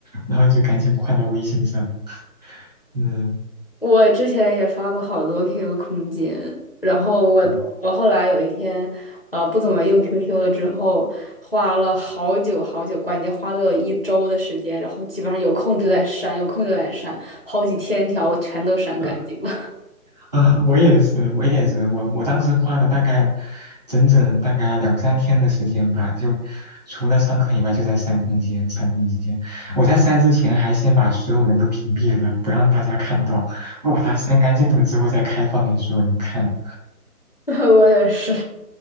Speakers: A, on the right; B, on the left.
A: 然后就赶紧换到微信上。嗯，
B: 我之前也发过好多 QQ 空间，然后我我后来有一天，
A: 嗯
B: 呃，不怎么用 QQ 了之后，花了好久好久，关键花了一周的时间，然后基本上有空就在删，有空就在删，好几千条我全都删干净了。
A: <laughs> 啊，我也是，我也是，我我当时花了大概整整大概两三天的时间吧，就除了上课以外，就在删空间，删空间。我在删之前还先把所有人都屏蔽了，不让大家看到。我把它删干净了之后再开放给所有人看。
B: <laughs> 我也是。